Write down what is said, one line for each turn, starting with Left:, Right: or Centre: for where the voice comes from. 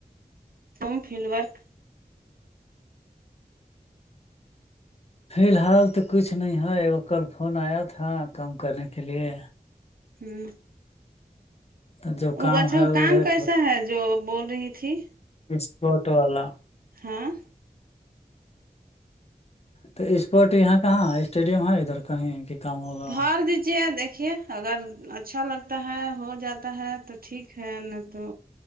Right: ف فلڈ وورک
Left: فی الحال تو کچھ نہیں ہے ای کل فون آیا تھا کام کرنے کے لیے
Right: ہوں
Left: تو جو
Right: وہ اچھا
Left: ہے
Right: وہ کام
Left: ادھر
Right: کیسا ہے جو بول رہی تھی
Left: فسپورٹ والا
Right: ہاں
Left: تو اسپورٹ یہاں کہاں اسٹیڈیم ہے ادھر کہیں کام ہوگا
Right: بار دیجیے دیکھیے اگر اچھا لگتا ہے ہو جاتا ہے تو ٹھیک ہے نہ تو